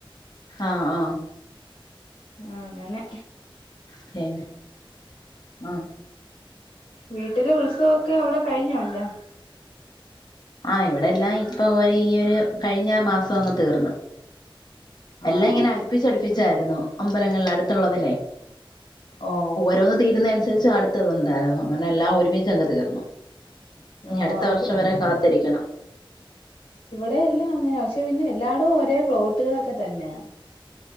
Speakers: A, on the left; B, on the left.
A: ആഹ് ആഹ്.
B: അങ്ങനെ
A: പിന്നെ, ആഹ്.
B: വീട്ടിലെ ഉത്സവൊക്കെ അവിടെ കഴിഞ്ഞൊ എല്ലാം?
A: ആഹ്. ഇവിടെയെല്ലാം ഇപ്പൊ ഒരു ഈ ഒരു കഴിഞ്ഞ മാസം അങ്ങ് തീർന്ന്. എല്ലാം
B: ആണോ
A: ഇങ്ങനെ അടുപ്പിച്ചടുപ്പിച്ചായിരുന്നു. അമ്പലങ്ങളിലെ അടുത്തുള്ളതിനെ
B: ഓഹ്
A: ഓരോന്ന് തീരുന്ന അനുസരിച്ച് അടുത്തത്ണ്ടായിരുന്നു. അങ്ങനെ എല്ലാം ഒരുമിച്ചങ്ങ് തീർന്നു. ഇനി
B: ആഹ്
A: അടുത്ത വർഷം വരാൻ കാത്തിരിക്കണം.
B: ഇവടെ എല്ലാം അങ്ങനാ. പക്ഷെ പിന്നെ എല്ലാടോം ഒരേ ഫ്ലോട്ടുകളൊക്കെ തന്നെയാ.